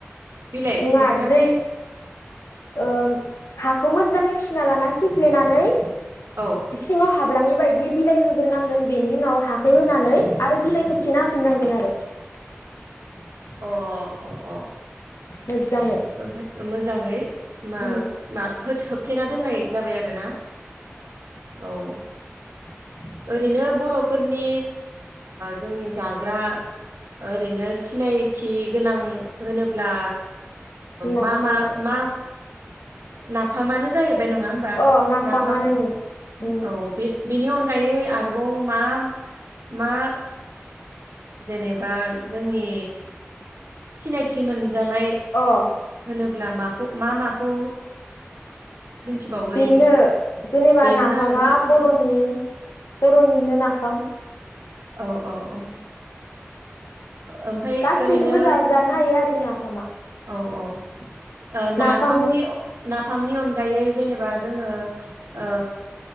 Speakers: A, on the right; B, on the left.
A: बिलाइ
B: नङा
A: मोखोना
B: दै
A: बिलाइ
B: ओम हाखौ मोजाङै फिसिना लाना सिफ्लेनानै इ
A: औ
B: सिङाव हाब ब्लाङि बायदि बिलाइ होग्रोनांगोन बेनि उनाव हाखखौ होनानै आरो बिलाइ खोबथेना होफिननांगोन आरो। अ <inaudible>
A: अ अ अ
B: मोजाङै
A: ओमफ्राय मोजाङै मा
B: उम
A: मा होबथेना दोननाय जाबाय आरोना औ
B: उ <inaudible>
A: ओरैनो बर'फोरनि जोंनि जाग्रा ओरैनो सिनायथि गोनां होनोब्ला
B: नाफाम
A: मा मा मा नाफामानो जाहैबाय नङा होमबा
B: अ नाफामानो
A: नाफाम
B: उम उम
A: औ बे बिनि अनगायै आरोबाव मा मा जेनेबा जोंनि सिनायथि मोनजानाय
B: अ
A: होनोब्ला माखौ मा माखौ मिथिबावो ओरैनो
B: बेनो जेनेबा
A: बेनो
B: नाफामा
A: आरोना
B: बर'नि बर'निनो नाफाम
A: औ औ ओ ओमफ्राय
B: गासैदोबो
A: ओरैनो
B: जाजानो हायो आरो इ नाफामा
A: औ औ ओ
B: नाफाम
A: नाफामनि ना फामनि अनगायै जेनेबा जोङो ओ